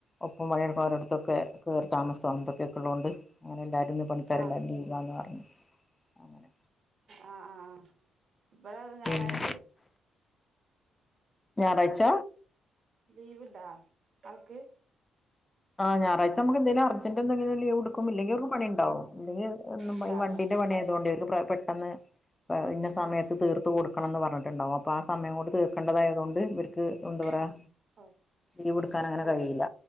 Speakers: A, on the left; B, on the right.
A: ഒപ്പം പണിയടുക്കുന്നവരെ അടുത്തൊക്കെ കയറി താമസം, അങ്ങനെക്കെ ഉള്ളതൊണ്ട് അങ്ങനെല്ലാരും, പണിക്കാരല്ലാരും
B: ആഹ്
A: ലീവാണ് പറഞ്ഞു. അങ്ങനെ
B: ആ, ആ. ഇവടെ ഞായറാഴ്ച
A: പിന്നെ
B: ലി
A: ഞായറാഴ്ച
B: ലീവ് ഉണ്ടോ ആൾക്?
A: ആ, ഞായാഴ്ച നമുക്കു എന്തങ്കിലും അർജെന്റ് എന്തെങ്കിലും ലീവ് എടുക്കും. ഇ ല്ലെങ്കിൽ ഒക്കെ പണിണ്ടാവും. അല്ലങ്കിൽ
B: ഉണ്ടാവൂല
A: ഈ വണ്ടീൻ്റെ പണി ആയതുകകൊണ്ടെ പെട്ടെന്ന് ഇന്നെ സമയത്ത്
B: ആഹ്
A: തീർത്ത് കൊടുക്ക തീർത്തുകൊടുക്കണന്ന് പറഞ്ഞട്ടുണ്ടാവും, അപ്പോ ആ സമയം കൊണ്ട് തീർക്കണ്ടതായതുകൊണ്ട് ഇവർക്ക് എന്താ പറയാ
B: ആഹ് പോവും
A: ലീവ് എടുക്കാൻങ്ങനെ
B: പോവും
A: കഴിയില്ല.